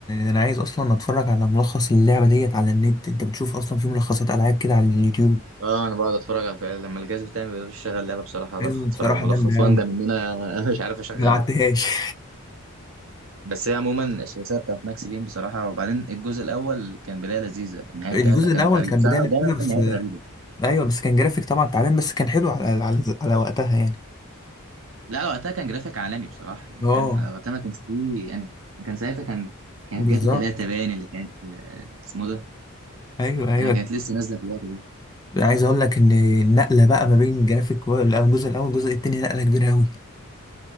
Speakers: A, on the left (about 15°); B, on the right (about 60°).
A: انا عايز اصلا اتفرج على ملخص اللعبه ديت على النت انت بتشوف اصلا في ملخصات العاب كده على اليوتيوب
B: اه انا بقعد اتفرج على فعلا لما الجهاز بتاعي ما بيقدرش يشغل لعبه بصراحه بدخل
A: ايوه
B: اتفرج
A: بصراحه
B: على ملخص
A: جامده
B: واندم
A: قوي
B: ان انا <laughs> مش عارف اشغلها
A: ما لعبتهاش <laughs>
B: بس هي عموما الثلاثيه بتاعت ماكس بين بصراحه وبعدين الجزء الاول كان بدايه لذيذه النهايه
A: الجزء
B: بتاعتها كانت
A: الاول
B: غريبه
A: كان
B: بصراحه
A: بدايه لذيذه
B: دايما
A: بس
B: النهايات غريبه
A: ايوه بس كان جرافيك طبعا تعبان بس كان حلو على على, على وقتها يعني
B: لا على وقتها كان جرافيك عالمي بصراحه يعني
A: اه
B: فاهم على وقتها ما كانش فيه يعني كان ساعتها كان كانت
A: بالظبط
B: جاتا 3 باين اللي كانت آه، اسمه ده
A: ايوه ايوه
B: انا كانت لسه نازله في الوقت ده
A: يعني عايز اقول لك ان النقله بقى ما بين جرافيك و- الجزء الاول والجزء التاني نقله كبيره قوي